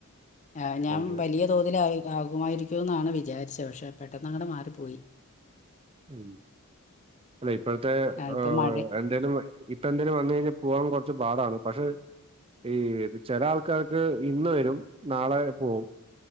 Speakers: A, on the left (about 35°); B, on the right (about 25°).
A: ആഹ് ഞാൻ
B: അത് ശരി
A: വലിയ തോതിൽ ആകുമായിരിക്കും എന്നാണ് വിചാരിച്ചത് പക്ഷെ പെ- പെട്ടന്ന് അങ്ങട് മാറിപ്പോയി
B: ഉ. അല്ല ഇപ്പോഴത്തെ
A: ആ ഇപ്പൊ മഴ
B: എന്തേലും ഇപ്പ എന്തേലും വന്ന് കഴിഞ്ഞാൽ പോവാൻ കൊറച്ച് പാടാണ് പക്ഷെ- ഈ ചെല ആൾക്കാർക്ക് ഇന്ന് വരും നാളെ പോകും